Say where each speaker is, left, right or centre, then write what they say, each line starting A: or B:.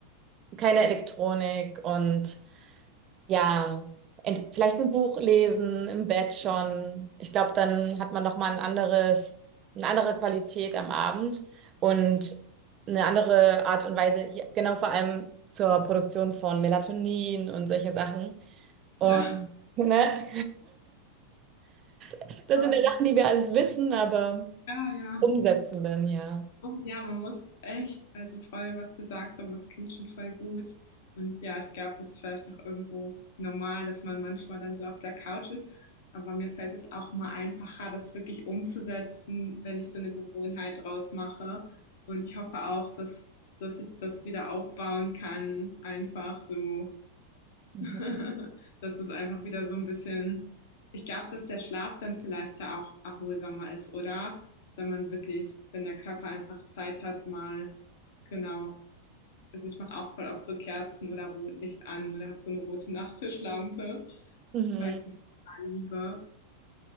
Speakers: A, on the right; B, on the left.
A: keine Elektronik und ja, ent- vielleicht ein Buch lesen, im Bett schon. Ich glaube, dann hat man noch mal ein anderes, eine andere Qualität am Abend und eine andere Art und Weise, hier, genau vor allem zur Produktion von Melatonin und solche Sachen. Und
B: Ja,
A: ne? <laughs> Das
B: voll.
A: sind ja Sachen, die wir alles wissen, aber
B: Ja, ja.
A: umsetzen dann, ja.
B: Ja, man muss echt, also voll, was du sagst, aber es klingt schon voll gut. Und ja, ich glaube, das ist vielleicht auch irgendwo normal, dass man manchmal dann so auf der Couch ist. Aber mir fällt es auch immer einfacher, das wirklich umzusetzen, wenn ich so eine Gewohnheit draus mache. Und ich hoffe auch, dass, dass ich das wieder aufbauen kann, einfach so
A: Mhm.
B: <laughs> Das ist einfach wieder so ein bisschen ich glaube, dass der Schlaf dann vielleicht ja auch erholsamer ist, oder? Wenn man wirklich wenn der Körper einfach Zeit hat, mal genau. Also, ich mache auch voll oft so Kerzen oder Rotlicht an oder habe so eine rote Nachttischlampe,
A: Mhm.
B: weil ich das total liebe.